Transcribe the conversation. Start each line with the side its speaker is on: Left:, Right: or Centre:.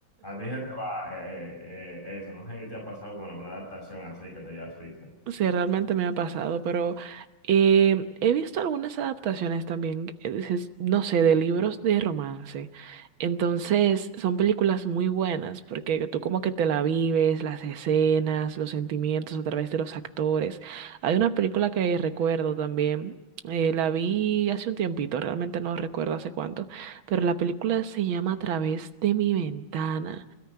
Left: A ti se te va eh, eh, eh, eso, no sé si te ha pasado con alguna adaptación así que tú ya has visto.
Right: Sí, realmente me ha pasado, pero eh, he visto algunas adaptaciones también, eh, es- no sé, de libros de romance. Entonces, son películas muy buenas porque tú como que te la vives, las escenas, los sentimientos a través de los actores. Hay una película que recuerdo también, eh, la vi hace un tiempito, realmente no recuerdo hace cuánto, pero la película se llama A través de mi ventana.